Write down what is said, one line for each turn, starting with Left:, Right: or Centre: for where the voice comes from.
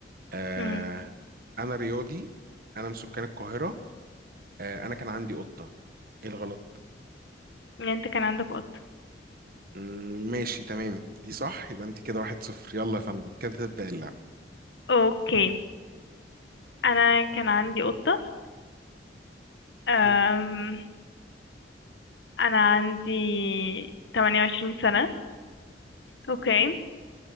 Right: أه
Left: مهم.
Right: أنا رياضي أنا من سكان القاهرة أه أنا كان عندي قطة إيه الغلط
Left: ان انت كان عندك قطة
Right: مم، ماشي تمام دي صح يبقى أنت كده واحد صفر يلا يا فندم كده تبدأ اللعبة
Left: اوكي انا كان عندي قطة أم...
Right: <laughs>
Left: انا عندي 28 سنة اوكي